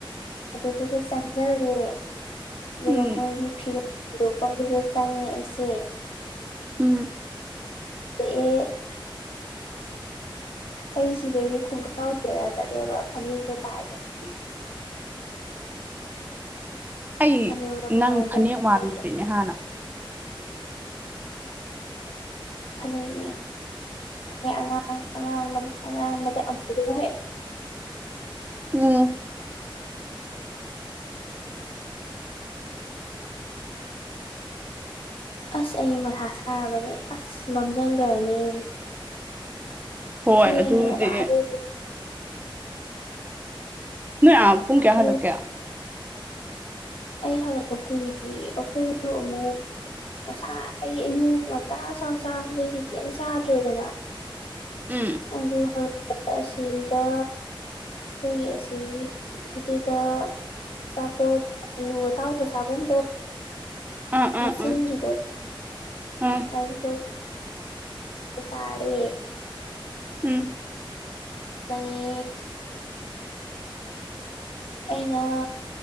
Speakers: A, on the left; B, on the right.
A: ꯑꯗꯨꯗꯨꯗ ꯆꯪꯖꯜꯂꯦ ꯑꯗꯨꯒ
B: ꯎꯝ
A: ꯃꯣꯏꯒꯤ ꯐꯤꯔꯣꯟ ꯆꯪꯉꯦ ꯑꯩꯁꯦ
B: ꯎꯝ
A: <unintelligible> ꯑꯩ ꯁꯤꯗꯩꯗꯤ ꯈꯣꯡꯒꯥꯎ ꯁꯦꯠꯂ ꯆꯠꯂꯦꯕ ꯐꯅꯦꯛꯇꯣ ꯇꯥꯏꯗꯕꯒꯤ
B: ꯑꯩ
A: ꯑꯗꯨꯒ ꯑꯗꯨꯃꯥꯏꯅ
B: ꯅꯪ ꯐꯅꯦꯛ
A: ꯇꯧꯔ
B: ꯃꯥꯜꯂꯨꯗ꯭ꯔꯤꯅꯦ
A: ꯆꯠꯂꯦ
B: ꯍꯥꯟꯅ꯫
A: ꯐꯅꯦꯛ ꯅꯦ ꯐꯅꯦꯛ ꯑꯉꯥꯡ ꯑꯉꯥꯡꯕꯅꯤ ꯑꯉꯥꯡꯕꯗ ꯑꯃꯨ ꯍꯛꯑꯦ
B: ꯎꯝ
A: ꯑꯁ ꯑꯩꯗꯤ ꯃꯊꯥ ꯁꯥꯔꯕꯅꯦ ꯑꯁ ꯃꯝꯖꯟꯈꯒ꯭ꯔꯅꯤ ꯅ
B: ꯍꯣꯏ
A: ꯊꯦꯡꯈꯦꯕ
B: ꯑꯗꯨꯗꯤ
A: ꯑꯗꯨꯒꯤ
B: ꯅꯣꯏ ꯑꯥ ꯄꯨꯡ
A: ꯑꯁ
B: ꯀꯌꯥ ꯍꯜꯂꯛꯀꯦ
A: ꯂꯨ ꯑꯩ ꯍꯜꯂꯛꯄ ꯀꯨꯏꯗ꯭ꯔꯤꯌꯦ ꯑꯩꯈꯣꯏꯗꯨꯁꯨ ꯑꯃꯨꯛ ꯉꯁꯥꯏ ꯑꯩ ꯑꯌꯨꯛ ꯉꯟꯇꯥ ꯆꯥꯎ ꯆꯥꯕꯗꯒꯤ ꯀꯩꯃ ꯆꯥꯗ꯭ꯔꯦꯗꯅ
B: ꯎꯝ
A: ꯑꯗꯨ ꯍꯜꯂꯛꯄ ꯑꯁꯤꯒꯤꯗ ꯑꯩꯈꯣꯏꯒꯤ ꯑꯁꯤꯒꯤꯗꯨꯗ ꯑꯆꯥꯄꯣꯠ ꯑꯂꯨ ꯑꯇꯥꯎꯕ ꯆꯥꯐꯝꯗꯣ
B: ꯑꯥ ꯑꯥ
A: ꯃꯆꯤꯟꯒꯤꯗꯣ
B: ꯎꯝ ꯑꯥ
A: ꯑꯗꯨꯗꯣ ꯆꯥꯔꯦ
B: ꯎꯝ
A: ꯈꯪꯉꯤ ꯑꯩꯅ